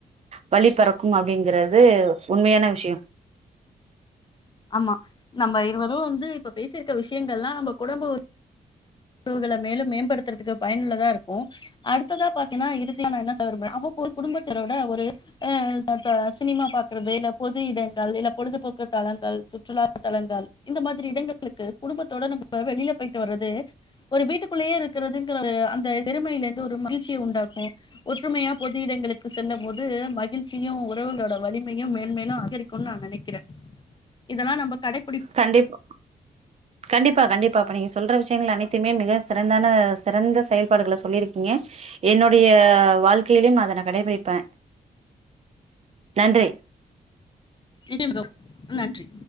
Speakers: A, on the right (about 45°); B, on the left (about 30°).
A: வழி பெறக்கு அப்டிங்கறது உண்மையான விஷ்யோ
B: ஆமா நம்ம இருவரும் வந்து இப்ப பேசிருக்க விஷயங்கள்லா நம்ம குடும்ப உறவுகள மேலும் மேம்படுத்துறதுக்கு பயனுள்ளதா இருக்கும் அடுத்ததா பாத்தீனா இறுதியா நா என்ன சொல்ல விரும்பற அவ்வப்போது குடும்பத்தினரோட ஒரு அஹ் <unintelligible> சினிமா பாக்குறது இல்ல பொது இடங்கள் இல்ல பொழுதுபோக்கு தலங்கள் சுற்றுலா தலங்கள் இந்த மாதிரி இடங்களுக்கு குடும்பத்தோட நம்ம வெளியில போயிட்டு வர்றது ஒரு வீட்டுக்குள்ளேயே இருக்கிறதுங்கிற அந்த அந்த வெறுமையில இருந்து ஒரு மகிழ்ச்சிய உண்டாக்கும் ஒற்றுமையா பொது இடங்களுக்கு செல்லும் போது மகிழ்ச்சியு உறவுகளோட வலிமையு மேன்மேலும் அதிகரிக்குன்னு நா நெனைக்கிறே இதெல்லா நம்ம கடை
A: கண்டிப்பா கண்டிப்பா கண்டிப்பா இப்ப நீ சொல்ற விஷயங்கள் அனைத்துமே மிக சிறந்தான சிறந்த செயல்பாடுகளை சொல்லியிருக்கீங்க என்னுடைய வாழ்க்கையிலையு நா அத கடைபிடிப்பே நன்றி
B: <inaudible> நன்றி